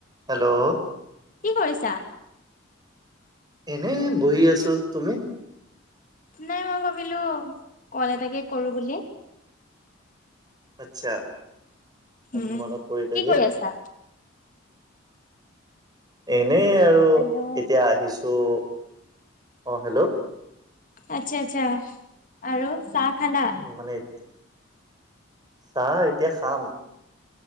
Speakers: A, on the right (about 20°); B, on the left (about 40°).
A: Hello
B: কি কৰিছা
A: এনে বহি আছো তুমি
B: নাই মই ভাবিলো কল এটাকে কৰো বুলি
A: আচ্ছা আজি
B: উম।
A: মনত পৰিল
B: কি
A: যে
B: কৰি আছা?
A: এনেই আৰু
B: হেল্ল'
A: এতিয়া আহিছো ত' অঁ হেল্ল'
B: আচ্ছা আচ্ছা আৰু চাহ খালা?
A: উ মান এইটো চাহ এতিয়া খাম